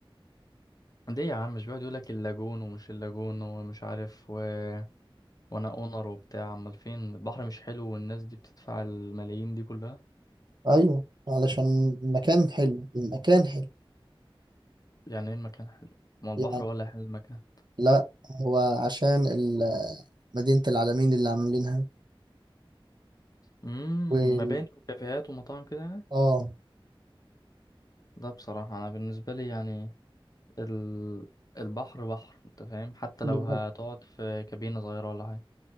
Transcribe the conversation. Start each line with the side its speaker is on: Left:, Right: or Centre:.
Left: ليه يا عم مش بيقعد يقول لك اللاجون ومش اللاجون ومش عارف و... وانا اونر وبتاع امال فين البحر مش حلو والناس دي بتدفع الملايين دي كلها
Right: أيوة علشان المكان حلو المكان حلو
Left: يعني ايه المكان حلو ما البحر
Right: يعني
Left: ولا حلو المكان
Right: لا هو عشان ال- مدينة العالمين اللي عاملينها
Left: امم
Right: وال
Left: مباني وكافيهات ومطاعم كده يعني
Right: اه
Left: ده بصراحه انا بالنسبه لي يعني ال... البحر بحر انت فاهم حتى
Right: بالظبط
Left: لو هتقعد في كابينة صغيرة ولا حاجة